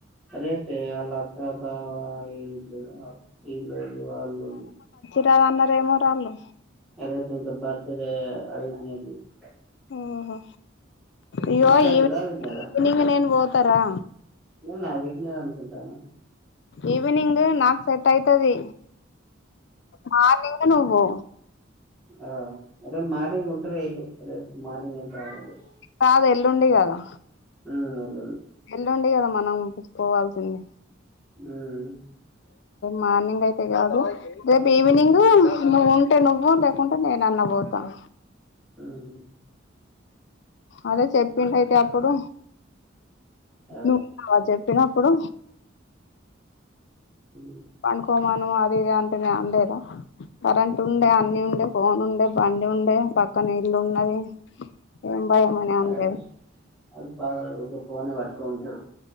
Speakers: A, in the centre; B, on the left.
A: రేపే వాల్లక్క బావ ఈల్లు ను ఈల్లొల్లు వాల్లొల్లు
B: ఇత్తారన్నారేమో రాళ్ళు
A: రేపం ఇంక బర్త్ డే <unintelligible>
B: ఓహో ఇగో
A: ఇషాన్
B: ఈవ్నింగ్
A: కదా అవిజ్ఞదా
B: నేన్ బోతా రా
A: వూన విజ్ఞా ది అనుకుంటన్న
B: ఈవినింగే నాకు సెట్ అయితది మార్నింగే నువ్వ్ బో
A: ఆహ్ రేపు మార్నింగ్ ఉంటారు వీళ్ళు రేపు మార్నింగ్. ప్రాబ్లం లేదు
B: కాదు ఎల్లుండి గదా
A: ఊ ఎల్లుండి
B: ఎల్లుండి గదా మనం పుచ్చుకోవాల్సింది
A: మ్
B: మార్నింగ్ ఐతే గాదు రేపు ఈవినింగ్ నువ్వుంటే నువ్వు లేకుంటే నేనన్న బోతా ఆ
A: మ్మ్
B: అదే చెప్పిండు అయితే అప్పుడు
A: ఆ
B: నువ్వు అల చెప్ తిన్నప్పుడు
A: ఉమ్
B: పండుకోమను అది ఇది అంటేనే అనలేదా కరెంట్ ఉండే అన్ని ఉండే ఫోన్ ఉండే బండి ఉండే పక్కన ఇల్లు ఉన్నది ఏం భయం అని
A: అ
B: అనలేదు
A: ఆడు పాగలోడు ఊకే ఫోనే పట్టుకొని ఉంటడు